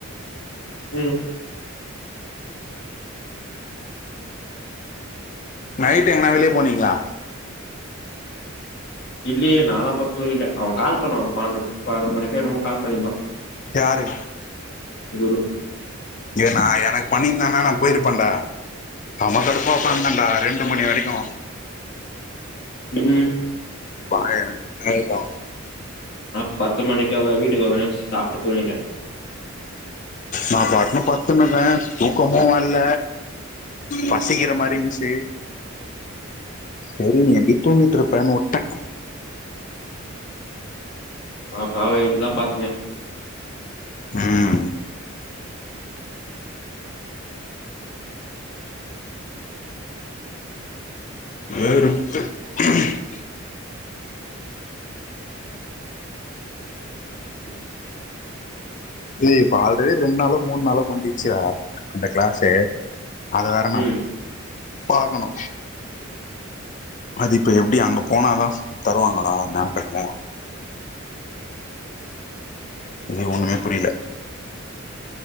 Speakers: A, on the left (about 55°); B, on the left (about 40°).
A: ம்
B: நைட் எங்கனா வெளிய போனீங்ளா
A: இல்லயே நால்லா பத் தூங்கிட்டே அவ கால் பண்ணா ஒரு பண்டு பன்னெண்டு மணிக்கா என்னமோ கால் பண்ணீர்ந்தா
B: யாரு
A: செரி விடு
B: ஏனா எனக் பண்ணீர்ந்தானா நா போயிருப்பன்டா செமா கடுப்பா ஒக்காந்தன்டா ரெண்டு மணி வரிக்கு
A: ம்ம்
B: பாரே எனக் பண்ணீர்க்கா
A: நா பத்து மணிக்காவே வீட்டுக் வந்தோன்னேயு சாப்ட்டு தூங்கிட்டே
B: நா பாட்னு பத்துன்னுர்க்க தூக்கமு வர்ல பசிக்கிற மாரி இந்ச்சு செரி நீ எப்டியு தூங்கிட்ருப்பனு உட்டே
A: நா கால்ல எழுந்துதா பாத்தனே
B: ம் வேற புக்கு <inaudible>
A: <inaudible>
B: டே இப்ப ஆல்ரெடி ரெண் நாளோ மூண் நாளோ‌ முஞ்சிச்சுடா அந்த கிளாஸே அத வேற நா
A: ம்
B: பாக்கணு அது இப்போ எப்டி அங்க போனா தா தருவாங்களாடா மேம் பேர்ல இது ஒன்னுமே புரியில